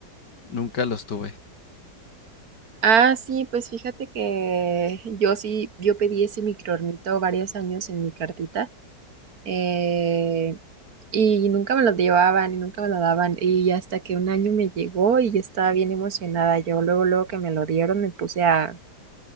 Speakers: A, on the left; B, on the right.
A: nunca los tuve.
B: Ah, sí, pues fíjate que yo sí, yo pedí ese microornito varios años en mi cartita. eh, y nunca me lo llevaban y nunca me lo daban. Y hasta que un año me llegó y yo estaba bien emocionada. Yo luego, luego que me lo dieron, me puse a,